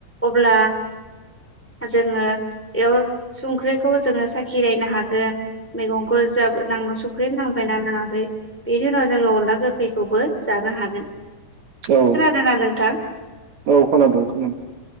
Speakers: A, in the centre; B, on the right (about 60°).
A: अब्ला।
B: <inaudible>
A: जोङो बेयाव संख्रिखौ जोङो साखिनायनो हागोन मैगंखौ जो नां संख्रि नांबाय। ना नाङाखै बेनि उनाव जोङो अनला गोखैखौबो जानो हागोन।
B: औ
A: खोनादोंना नोंथां
B: औ खोनादों खोनादोंं।